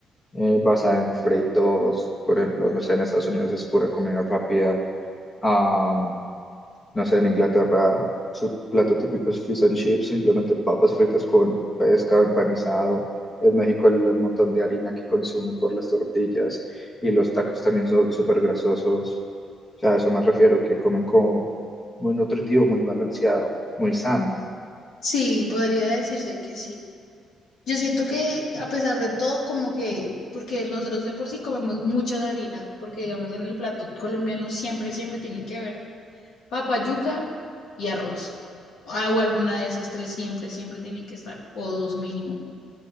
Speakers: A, on the left (about 30°); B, on the left (about 70°).
A: eh, basada en fritos, por ejemplo, no sé, en Estados Unidos es pura comida rápida, am, no sé, en Inglaterra su plato típico es fish and chips, simplemente papas fritas con pescado empanizado. En México el, el montón de harina que consumen por las tortillas y los tacos también son súper grasosos. O sea, a eso me refiero, que comen como muy nutritivo, muy balanceado, muy sano.
B: Sí, podría decirse que sí. Yo siento que a pesar de todo, como que, porque nosotros de por sí comemos muchas harinas, porque digamos en el plato colombiano siempre, siempre tiene que haber papa, yuca y arroz. O alguna de esas tres siempre, siempre tiene que estar, o dos mínimo,